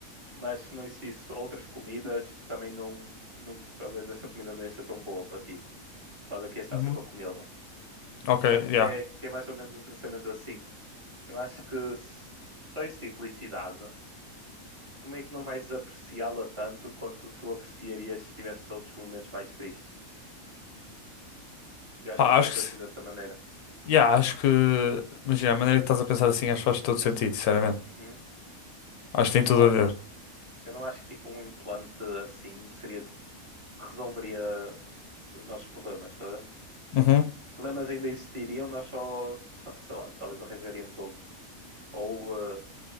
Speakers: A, on the right; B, on the left.
A: mas se não existisse outras comidas, tu também não. não talvez essa comida não ia ser tão boa para ti, por causa que ias estar
B: Uhum.
A: sempre a comê-la.
B: Ok,
A: Eu acho
B: yeah.
A: que é, que é mais ou menos um pensamento assim. Eu acho que se só existir felicidade, tu meio que não vais apreciá-la tanto quanto tu apreciarias se tivesses outros momentos mais tristes. Eu acho
B: Pá,
A: que eu penso
B: acho que,
A: assim
B: se-
A: dessa maneira.
B: yeah, acho que, imagina, a maneira que estás a pensar assim, acho que faz todo sentido, sinceramente.
A: Uhum.
B: Acho que tem
A: Eu
B: tudo
A: não, a-
B: a ver.
A: eu não acho que tipo um implante assim seria tipo, resolveria os nossos problemas, tá? a ver?
B: Uhum.
A: Os problemas ainda existiriam, nós só, só, <laughs> sei lá, talvez arranjaríamos outros. Ou, eh,